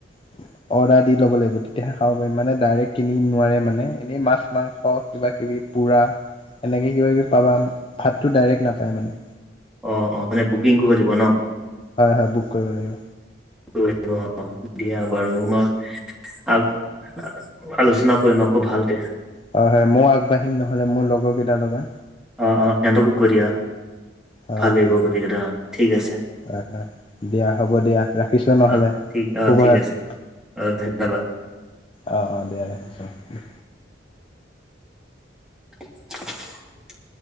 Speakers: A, on the left; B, in the centre.
A: <inaudible> অৰ্ডাৰ দি ল'ব লাগিব তেতিয়াহে খাব পাৰিম মানে ডাইৰেক্ট কিনি নোৱাৰে মানে এনেই মাছ মাংস কিবাকিবি পূৰা এনেকৈ কিবাকিবি পাবা ভাতটো ডাইৰেক্ট নাপায় মানে
B: অ অ মানে বুকিং কৰি দিব ন
A: হয় হয় বুক কৰিব লাগিব
B: অ দিয়া বাৰু মই আলোচনা কৰিম আকৌ ভাল কে
A: হয় হয় মই আগবাঢ়িম নহ'লে মোৰ লগৰ কেইটাল লগান
B: অ অ সিহঁতকো কৈ দিয়া
A: হয়
B: ভাল লাগিব গোটেইকেইটা অ ঠিক আছে
A: হয় হয় দিয়া হ'ব দিয়া ৰাখিছোঁ নহ'লে
B: অ', ঠিক অ',
A: শুভ
B: ঠিক
A: ৰাতি
B: আছে অ ধন্যবাদ
A: অঁ দিয়া ৰাখিছোঁ
B: <inaudible>